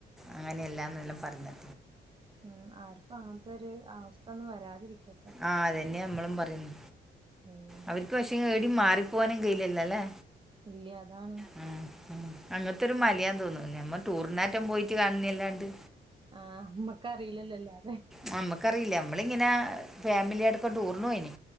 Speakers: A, in the centre; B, on the right.
A: അങ്ങനെയല്ലാന്നെല്ലാ പറഞ്ഞെ.
B: ഉം ആർക്കും അങ്ങൻത്തൊരു അവസ്ഥ ഒന്നും വരാതിരിക്കട്ടെ.
A: ആ അതന്നെമ്മളും പറയുന്നെ
B: ഉം
A: അവർക്ക് പക്ഷേ ഏടീം മാറിപ്പോകാനും കയ്യിയിലല്ലോ ല്ലേ?
B: ഇല്ല്യ അതാണ്.
A: ഉം ഉം അങ്ങത്തൊരു മലയാന്ന് തോന്നുന്നു ഞമ്മ ടൂറിനാറ്റം പോയിട്ട് കാണുന്നല്ലാണ്ട്.
B: ആഹ അമ്മക്കറീല്ലല്ലോ അല്ലാതെ.
A: ആ അമ്മക്കറിയില്ല നമ്മളിങ്ങനെ ഫാമിലി ആയിട്ടൊക്കെ ടൂറിന് പോയിനി.